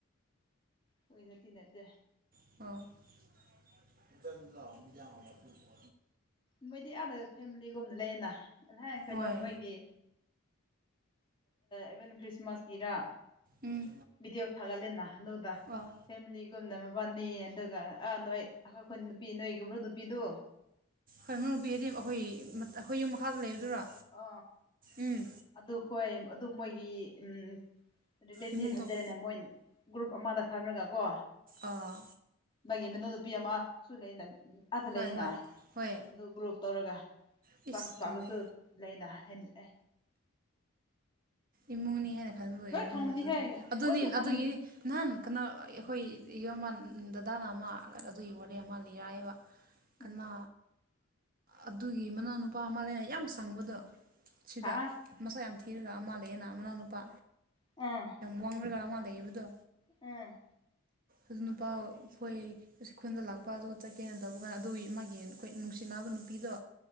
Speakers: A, on the left; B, on the right.
A: ꯅꯣꯏꯒ ꯇꯤꯅꯗꯦ
B: ꯑ <unintelligible>
A: ꯃꯣꯏꯗꯤ ꯑꯥꯗ ꯐꯦꯃꯤꯂꯤꯒꯨꯝꯅ ꯂꯩꯌꯦꯅ ꯀꯩꯅꯣ
B: ꯍꯣꯏ
A: ꯃꯣꯏꯒꯤ ꯏꯚꯦꯟ ꯈ꯭ꯔꯤꯁꯃꯥꯁꯀꯤꯔ
B: ꯎꯝ
A: ꯕꯤꯗꯤꯑꯣ ꯊꯥꯒꯠꯂꯦꯅ ꯅꯨꯗ
B: ꯑꯣ
A: ꯐꯦꯃꯤꯂꯤꯒꯨꯝꯅ ꯃꯕꯥꯅꯤ ꯑꯗꯨꯒ ꯑꯥ ꯅꯣꯏ ꯑꯩꯈꯣꯏꯈꯨꯟ ꯅꯨꯄꯤ ꯅꯣꯏꯒꯨꯝꯕ ꯅꯨꯄꯤꯗꯨ
B: <unintelligible> ꯑꯈꯣꯏ ꯑꯈꯣꯏ ꯌꯨꯝ ꯃꯈꯥꯗ ꯂꯩꯕꯗꯨꯔꯣ?
A: ꯑ
B: ꯎꯝ
A: ꯑꯗꯨ ꯍꯣꯏ ꯑꯗꯨ ꯃꯣꯏꯒꯤ ꯎꯝ ꯔꯤꯂꯦꯇꯤꯚ
B: ꯏꯃꯨꯡ
A: ꯍꯥꯏꯗꯔꯦꯅꯦ
B: ꯊꯣꯛ
A: ꯃꯣꯏ ꯒ꯭ꯔꯨꯞ ꯑꯃꯗ ꯐꯝꯔꯒ ꯀꯣ
B: ꯑꯥ
A: ꯃꯥꯒꯤ ꯃꯣ ꯅꯨꯄꯤ ꯑꯃ ꯁꯨ ꯂꯩꯅ ꯑꯥꯗ ꯂꯩꯅ
B: ꯍꯣꯏ ꯍꯣꯏ ꯍꯣꯏ
A: ꯑꯗꯨ ꯒ꯭ꯔꯨꯞ ꯇꯧꯔꯒ
B: ꯏꯁ
A: ꯆꯥꯛ ꯆꯥꯕꯁꯨ
B: ꯂꯩꯔꯦ
A: ꯂꯩꯅ ꯑꯦ
B: ꯏꯃꯨꯡꯅꯤ ꯍꯥꯏꯅ ꯈꯟꯕ ꯑꯣꯏꯔꯕꯅꯤꯅ
A: ꯂꯣꯏ ꯈꯪꯕꯅꯤꯍꯦ
B: ꯑꯗꯨꯗꯤ ꯑꯗꯨꯅꯤ
A: ꯂꯣꯏꯅ ꯈꯪꯕꯅꯤ
B: ꯑꯗꯨꯒꯤ ꯅꯍꯥꯟ ꯀꯅꯥ ꯑꯩꯈꯣꯏ ꯏꯌꯥꯝꯕ ꯗꯗꯥꯅ ꯑꯃ ꯑꯗꯨꯒꯤ ꯋꯥꯔꯤ ꯑꯃ ꯂꯤꯔꯛꯑꯦꯕ꯫
A: <inaudible>
B: ꯀꯅꯥ ꯑꯗꯨꯒꯤ ꯃꯅꯥꯎꯅꯨꯄꯥ ꯑꯃ ꯂꯩ ꯌꯥꯝ ꯁꯪꯕꯗꯣ ꯁꯤꯗ
A: ꯍꯥ
B: ꯃꯁꯛ ꯌꯥꯝ ꯊꯤꯔꯒ ꯑꯃ ꯂꯩꯑꯦꯅ ꯃꯅꯥꯎ ꯅꯨꯨꯄꯥ꯫
A: ꯑ
B: ꯋꯥꯡꯔꯒ ꯑꯃ ꯂꯩꯕꯗꯣ
A: ꯎꯝ
B: ꯑꯗꯨ ꯅꯨꯄꯥꯥ ꯈꯣꯏ ꯈꯨꯟꯗ ꯂꯥꯛꯄꯗꯣ ꯆꯠꯀꯦꯅ ꯇꯧꯕ ꯀꯥꯟ ꯑꯗꯨꯒꯤ ꯃꯥꯒꯤ ꯑꯩꯈꯣꯏ ꯅꯨꯡꯁꯤꯅꯕ ꯅꯨꯄꯤꯗꯣ